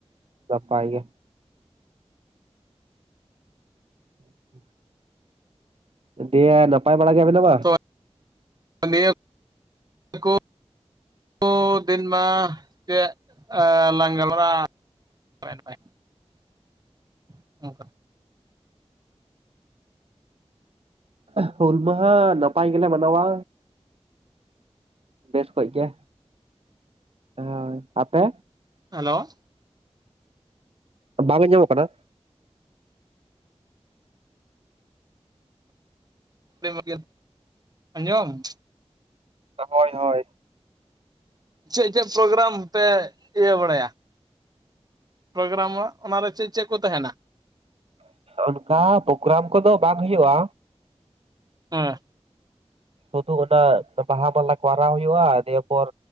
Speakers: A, on the right; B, on the right.
A: ᱱᱟᱯᱟᱭ ᱜᱮ᱾ ᱦ <inaudible> ᱫᱮ ᱱᱟᱯᱟᱭ ᱵᱟᱲᱟ ᱜᱮ ᱢᱮᱱᱟᱢᱟ?
B: ᱛᱚ ᱱᱤᱭᱟᱹ <inaudible> ᱠᱚ <unintelligible> ᱫᱤᱱ ᱢᱟ ᱪᱮᱫ ᱞᱟᱝ ᱜᱟᱞᱢᱟᱨᱟᱜ-ᱟ? ᱦᱳᱭ ᱦᱳᱭ, <inaudible> ᱚᱱᱠᱟ᱾
A: ᱦᱩᱞᱢᱟᱦᱟ ᱱᱟᱯᱟᱭ ᱜᱮᱞᱮ ᱢᱟᱱᱟᱣᱟ᱾ ᱵᱮᱥ ᱚᱠᱚᱡ ᱜᱮ, ᱦᱳᱭ ᱟᱯᱮ?
B: ᱦᱮᱞᱳ?
A: ᱵᱟᱝ ᱟᱡᱽᱢᱚᱜ ᱠᱟᱱᱟ?
B: <unintelligible> ᱟᱸᱡᱚᱢ
A: ᱦᱳᱭ, ᱦᱳᱭ᱾
B: ᱪᱮᱫ ᱪᱮᱫ ᱯᱨᱳᱜᱨᱟᱢ ᱯᱮ ᱤᱭᱟᱹ ᱵᱟᱲᱟᱭᱟ? ᱯᱨᱳᱜᱨᱟᱢ ᱚᱱᱟ ᱨᱮ ᱪᱮᱫ ᱪᱮᱫ ᱠᱚ ᱛᱟᱦᱮᱱᱟ?
A: ᱚᱱᱠᱟ ᱯᱨᱳᱜᱨᱟᱢ ᱠᱚᱫᱚ ᱵᱟᱝ ᱦᱩᱭᱩᱜᱼᱟ᱾
B: ᱦᱮᱸ᱾
A: ᱥᱩᱫᱩ ᱚᱱᱟ ᱵᱟᱦᱟ ᱢᱟᱞᱟ ᱠᱚ ᱟᱨᱟᱣ ᱦᱩᱭᱩᱜᱼᱟ᱾ ᱫᱤᱭᱮᱯᱚᱨ